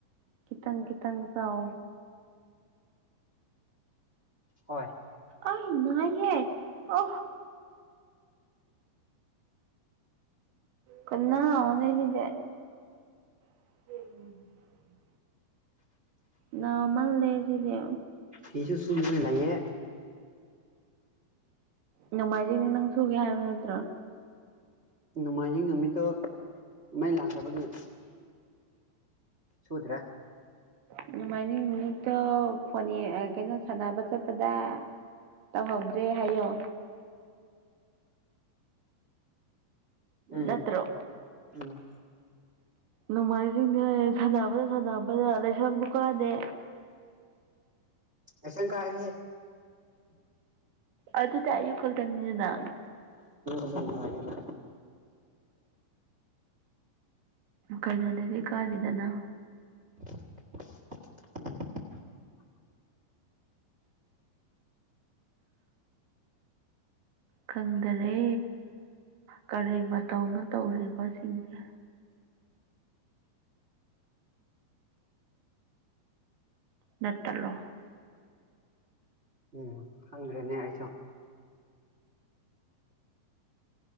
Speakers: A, on the right; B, on the right.
A: ꯈꯤꯇꯥꯡ ꯈꯤꯇꯥꯡ ꯆꯥꯎ
B: ꯍꯣꯏ
A: ꯑ ꯅꯥꯏꯍꯦ ꯑ ꯀꯅꯥ ꯍꯧꯅꯦꯁꯤꯗꯦ <unintelligible> ꯅꯃꯜꯂꯦꯁꯤꯗꯤ
B: ꯐꯤꯁꯨ ꯁꯨꯅꯤꯉꯥꯏ ꯂꯩꯌꯦ
A: ꯅꯣꯡꯃꯥꯏꯖꯤꯡꯅꯦ ꯅꯪ ꯁꯨꯒꯦ ꯍꯥꯏꯕ ꯅꯠꯇ꯭ꯔꯣ
B: ꯅꯣꯡꯃꯥꯏꯖꯤꯡ ꯅꯨꯃꯤꯠꯇꯣ ꯃꯩ ꯂꯥꯛꯇꯕꯒꯤ ꯁꯨꯗ꯭ꯔꯦ
A: ꯑꯗꯨꯃꯥꯏꯅꯤꯡ ꯅꯨꯃꯤꯠꯇꯣ ꯐ ꯀꯩꯅꯣ ꯁꯥꯟꯅꯕ ꯆꯠꯄꯗ ꯇꯧꯍꯧꯗ꯭ꯔꯦ ꯍꯥꯏꯌꯣ
B: ꯎꯝ
A: ꯅꯠꯇ꯭ꯔꯣ
B: ꯎꯝ
A: ꯅꯣꯡꯃꯥꯏꯖꯤꯡꯅꯦ ꯍꯥꯏ ꯁꯥꯟꯅꯕꯗ ꯁꯥꯟꯅꯕꯗ ꯂꯥꯏꯁꯪ ꯐꯥꯑꯣ ꯀꯥꯗꯦ
B: ꯂꯥꯏꯁꯪ ꯀꯥꯏꯍꯦ
A: ꯑꯗꯨꯗꯤ ꯑꯌꯨꯛ ꯈꯛꯇꯅꯤꯗꯅ
B: <unintelligible>
A: ꯀꯩꯅꯣꯅꯦꯗꯤ ꯏꯀꯥꯏꯔꯤꯗꯅ
B: ꯎꯝ
A: ꯈꯪꯗꯔꯦ ꯀꯔꯤ ꯃꯇꯧꯅ ꯇꯧꯔꯤꯕꯁꯤꯡꯁꯦ ꯅꯠꯇꯂꯣ
B: ꯎꯝ ꯈꯪꯗ꯭ꯔꯦꯅꯦ ꯑꯩꯁꯨ